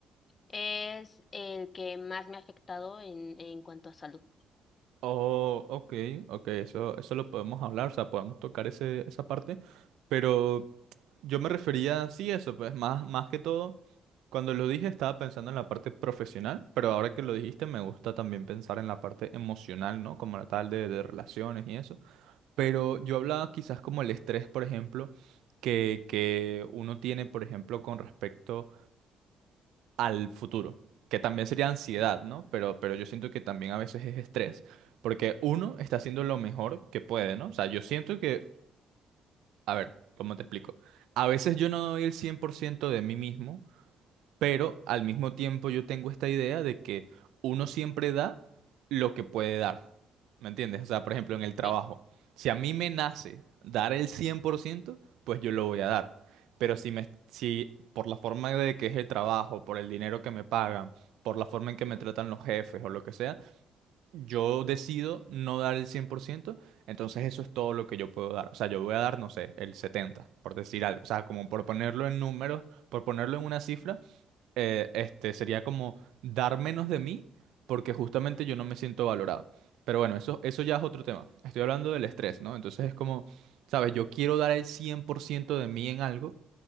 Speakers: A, on the left; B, on the right.
A: es el que más me ha afectado en, en cuanto a salud.
B: Oh, ok, ok, eso, eso lo podemos hablar, o sea, podemos tocar ese, esa parte, pero yo me refería, sí, eso, pues más, más que todo, cuando lo dije estaba pensando en la parte profesional, pero ahora que lo dijiste me gusta también pensar en la parte emocional, ¿no? Como la tal de, de relaciones y eso, pero yo hablaba quizás como el estrés, por ejemplo, que, que uno tiene, por ejemplo, con respecto al futuro, que también sería ansiedad, ¿no? Pero, pero yo siento que también a veces es estrés, porque uno está haciendo lo mejor que puede, ¿no? O sea, yo siento que, a ver, ¿cómo te explico? A veces yo no doy el 100% de mí mismo pero al mismo tiempo yo tengo esta idea de que uno siempre da lo que puede dar. ¿Me entiendes? O sea, por ejemplo, en el trabajo,
A: sí.
B: si a mí me nace dar el 100% pues yo lo voy a dar. Pero si me, si por la forma de que es el trabajo, por el dinero que me pagan, por la forma en que me tratan los jefes o lo que sea, yo decido no dar el 100% entonces eso es todo lo que yo puedo dar. O sea, yo voy a dar, no sé, el setenta por ciento, por decir algo. O sea, como por ponerlo en números, por ponerlo en una cifra, eh, este, sería como dar menos de mí porque justamente yo no me siento valorado. Pero bueno, eso, eso ya es otro tema. Estoy hablando del estrés, ¿no? Entonces es como, ¿sabes? Yo quiero dar el 100% de mí en algo,